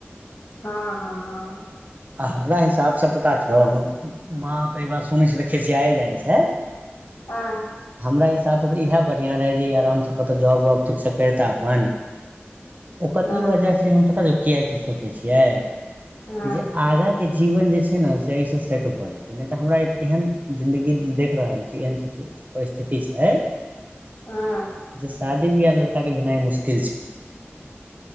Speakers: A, on the left; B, on the right.
A: हँ हँ हँ
B: आ हमरा हिसाबसँ पता छौ हमर माँ तऽ ई बात सुनै छै तऽ खिसिया जाइ छै।
A: हाँ
B: हमरा हिसाबसँ तऽ इएह बढ़िआँ रहै जे आरामसँ कतहु जॉब वॉब ठीकसँ करिता अपन ओकर
A: हँ
B: ई वजह छै हम पता किया ई चीज सोचै छियाय
A: हँ
B: जे आगाँ जीवन जे छै न से एहिसँ सेट भऽ जे नै तऽ हमरा एहन जिन्दगी देख रहल छी एहन सिचुएशन जे स्थिति छै
A: हँ
B: जे शादी बियाह लड़का के भेनाइ मुश्किल छै